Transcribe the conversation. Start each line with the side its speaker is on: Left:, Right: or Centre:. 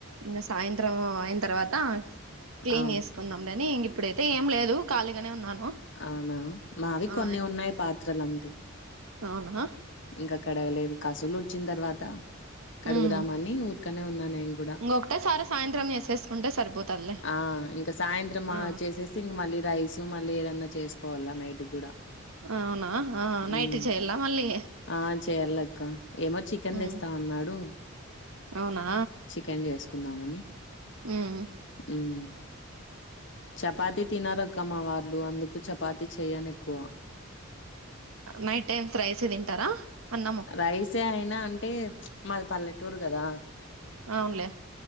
Right: ఇంగా సాయంత్రం అయిన తర్వాత క్లీన్
Left: ఆ!
Right: చేసుకునాండని ఇంక ఇప్పుడైతే
Left: అ
Right: ఏం లేదు ఖాళీగానే ఉన్నాను.
Left: అవునా మావి
Right: ఆ
Left: కొన్ని ఉన్నాయి పాత్రలు అంతే
Right: అవునా
Left: ఇంకా కడగలేదు కసులు ఊడ్చిన తర్వాత కడుగుదామని
Right: ఉమ్
Left: ఊర్కనే ఉన్నాను. ఇంగూడ
Right: ఇంకొకటేసారి సాయంత్రం చేసేసుకుంటే సరిపోతదిలే
Left: ఆ ఇంక సాయంత్రం
Right: ఆ
Left: చేసే ఇ మ లేదా ఐస్ మళ్ళీ ఏదన్నా చేసుకోవాలా నైట్ గూడా
Right: అవునా ఆ
Left: హ్మ్.
Right: నైట్ చెయ్యాల మళ్ళీ
Left: ఆ చేయలక్క ఏమో చికెన్
Right: ఉమ్
Left: తెస్తా అన్నాడు.
Right: అవునా
Left: చికెన్ చేసుకుందామని
Right: ఉమ్
Left: ఉమ్ చపాతి తినరు అక్క మా వాళ్లు అందుకు చపాతి చేయను ఎక్కువ
Right: నైట్ టైమ్స్ రైసే తింటారా? అన్నము
Left: రైసే అయినా అంటే మాది పల్లెటూరు కదా
Right: అవునులే